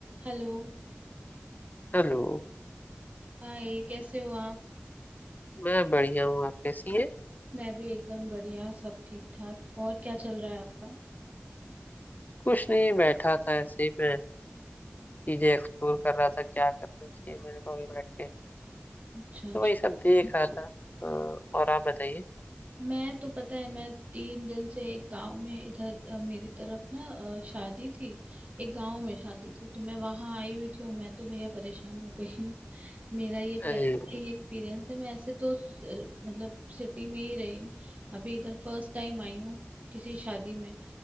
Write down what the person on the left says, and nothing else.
Hello
मैं बढ़िया हूँ आप कैसी हैं
कुछ नहीं बैठा था ऐसे ही मैं चीजें एक्सप्लोर कर रहा था क्या करना चाहिए मेरे को भी बैठ के
तो वही सब देख रहा था अ, और आप बताइए
अरे
भाई